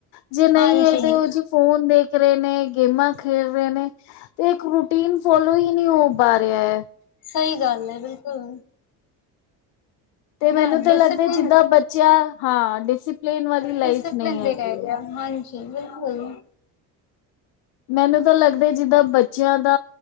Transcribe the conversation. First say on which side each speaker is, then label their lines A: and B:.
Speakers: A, on the left (about 75°); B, on the left (about 55°).
A: ਜੇ ਨਈ
B: ਹਾਂਜੀ
A: ਐ ਤੇ ਉਹ ਜੀ ਫੋਨ ਦੇਖ ਰਹੇ ਨੇ, ਗੇਮਾਂ ਖੇਡ ਰਹੇ ਨੇ ਤੇ ਏਕ ਰੂਟੀਨ ਫੋਲੋ ਹੀ ਨੀ ਹੋ ਪਾ ਰਿਹਾ ਏ।
B: ਸਹੀ ਗੱਲ ਏ ਬਿਲਕੁਲ।
A: ਤੇ ਮੈਨੂੰ
B: ਹੈਨ
A: ਤਾਂ
B: ਡਿਸਪਲਿਨ,
A: ਲੱਗਦਾ ਜਿੱਦਾਂ ਬੱਚਿਆਂ ਹਾਂ ਡਿਸਿਪਲਿਨ ਵਾਲੀ ਲਾਈਫ
B: ਡਿਸਿਪਲਿਨ
A: ਨਹੀਂ ਹੈਗੀ
B: ਵੀ ਰਹਿ
A: ਹੈ।
B: ਗਿਆ ਹਾਂਜੀ। ਤੇ ਬਿਲਕੁਲ
A: ਮੈਨੂੰ ਤਾਂ ਲੱਗਦਾ ਜਿੱਦਾਂ ਬੱਚਿਆਂ ਦਾ